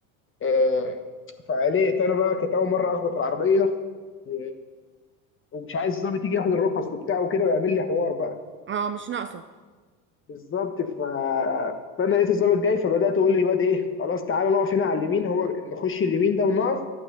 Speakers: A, on the left (about 30°); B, on the right (about 30°).
A: آه فقلقت انا بقى كانت اول مره اخبط العربيه و... ومش عايز الظابط يجي ياخد الرخص وبتاعه وكده ويعمل لي حوار بقى
B: اه مش ناقصة
A: بالظبط ف... فانا لقيت الظابط جاي فبدات اقول للواد ايه خلاص تعالى نقف هنا على اليمين هو نخش اليمين ده ونقف